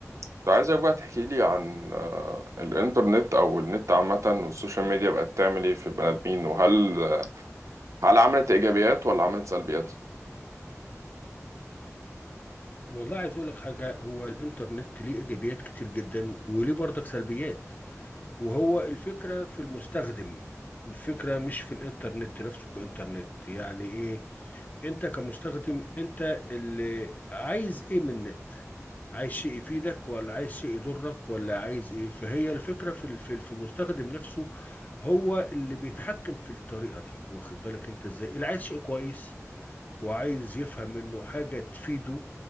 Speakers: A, on the right; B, on the left.
A: كنت عايزك بقى تحكي لي عن آه، الإنترنت أو النت عامة والسوشيال ميديا بقت تعمل إيه في البني آدمين وهل آه، هل عملت إيجابيات ولا عملت سلبيات؟
B: والله عايز اقول لك حاجه هو الانترنت ليه ايجابيات كتير جدا وليه برضك سلبيات وهو الفكره في المستخدم الفكره مش في الانترنت نفسه كانترنت يعني ايه انت كمستخدم انت اللي عايز ايه من النت عايز شيء يفيدك ولا عايز شيء يضرك ولا عايز ايه فهي الفكره في ال- في ال- في المستخدم نفسه هو اللي بيتحكم في الطريقه دي واخد بالك انت ازاي اللي عايز شيء كويس وعايز يفهم منه حاجة تفيده